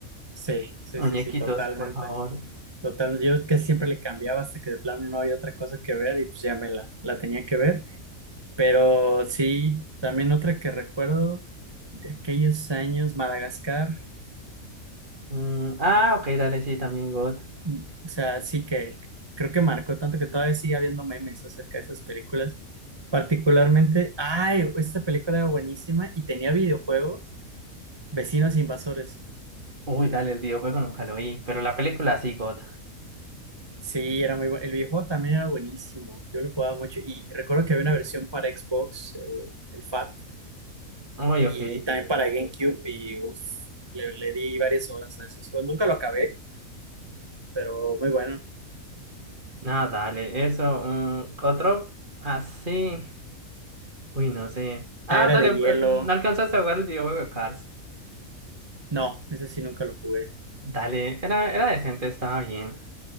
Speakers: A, on the right; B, on the right.
A: Sí, sí,
B: Muñequitos,
A: sí, sí, totalmente.
B: por favor.
A: Totalmente. Yo es que siempre le cambiaba hasta que de plano no había otra cosa que ver y pues ya me la, la tenía que ver. Pero sí, también otra que recuerdo de aquellos años, Madagascar.
B: Mm, ah, ok, dale, sí, también God.
A: Mm, O sea, sí que creo que marcó tanto que todavía sigue habiendo memes acerca de esas películas. Particularmente, ay, esta película era buenísima y tenía videojuego, Vecinos Invasores.
B: Uy, dale, el videojuego nunca lo vi, pero la película sí, God.
A: Sí, era muy bueno. El videojuego también era buenísimo. Yo lo jugaba mucho y recuerdo que había una versión para Xbox, el, el FAT,
B: Uy, ok.
A: y también para GameCube y uf, le, le di varias horas a esos juegos. Nunca lo acabé, pero muy bueno.
B: No, dale, eso. Un otro así. Uy, no sé. Ah,
A: La era
B: dale,
A: de
B: eh,
A: hielo.
B: no alcanzaste a jugar el videojuego de Cars.
A: No, ese sí nunca lo jugué.
B: Dale, era, era decente, estaba bien.